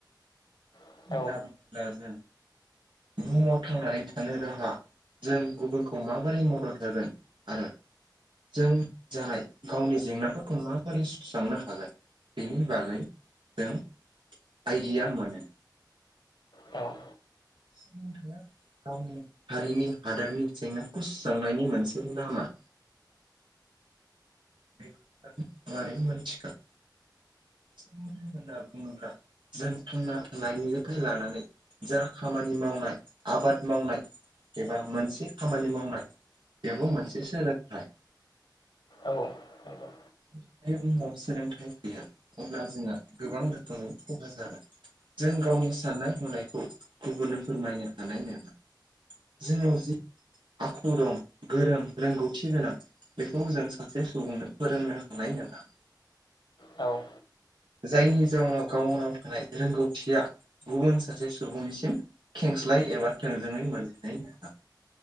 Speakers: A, on the left; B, on the right.
A: औ
B: दा होनब्ला जों बुहुमाव थांनानै थानो राहा जों गुबुनखौ माबोरै मदद होगोन आरो जों जानाय गावनि जेंनाफोरखौ माबोरै सुस्रांनो हागोन। बेनि बागै जों आइडिया मोनो।
A: औ।
B: सोलोंथाइया गावनि हारिनि हादोरनि जेंनाखौ सुस्रांनायनि मोनसे लामा। बे <unintelligible> मारै मोन्थिगोन सोलोंथाइ होनना बुङोब्ला जों थांना थानायनिफाय लानानै जा खामानि मावनाय आबाद मावनाय एबा मोनसे खामानि मावनाय बेबो मोनसे सोलोंथाइ।
A: औ नंगौ।
B: जाय बुहुमाव सोलोंथाइ गैया अब्ला जोंहा गोबां रोखोमनि खहा जागोन। जों गावनि साननाय हनायखौ गुबुननो फोरमायनो हानाय नङा। जोंनाव जि आखु दं गोरों रोंगौथि गोनां बेखौ जों सासे सुबुंनो फोरोंनो हानाय नङा।
A: औ।
B: जायनि जाउनाव गावनाव थानाय रोंगौथिया गुबुन सासे सुबुंनिसिम खेंस्लाय एबा थोंजोङै मोननाय नङा।